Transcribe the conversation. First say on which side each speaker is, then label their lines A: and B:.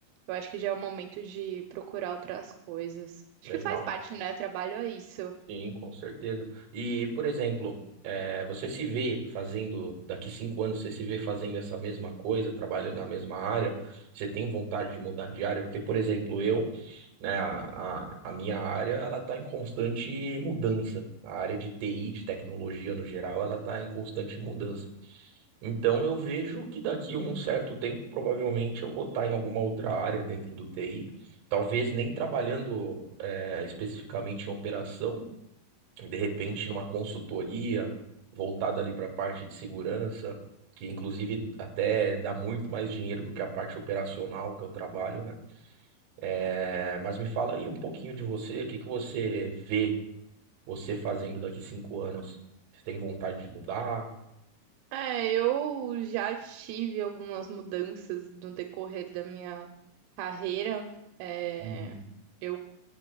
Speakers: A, on the right; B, on the right.
A: Eu acho que já é o momento de procurar outras coisas. Acho
B: Legal.
A: que faz parte, né? Trabalho é isso.
B: Sim, com certeza. E, por exemplo, eh, você se vê fazendo, daqui cinco anos, você se vê fazendo essa mesma coisa, trabalhando na mesma área, você tem vontade de mudar de área? Porque, por exemplo, eu, né, a, a, a minha área, ela está em constante mudança. A área de TI, de tecnologia no geral, ela está em constante mudança. Então, eu vejo que daqui a um certo tempo, provavelmente, eu vou estar em alguma outra área dentro do TI. Talvez nem trabalhando eh, especificamente em operação, de repente numa consultoria voltada ali para a parte de segurança, que inclusive até dá muito mais dinheiro do que a parte operacional que eu trabalho, né? É, mas me fala aí um pouquinho de você, o que que você vê você fazendo daqui cinco anos? Você tem vontade de mudar?
A: É, eu já tive algumas mudanças no decorrer da minha carreira. É,
B: Uhum.
A: eu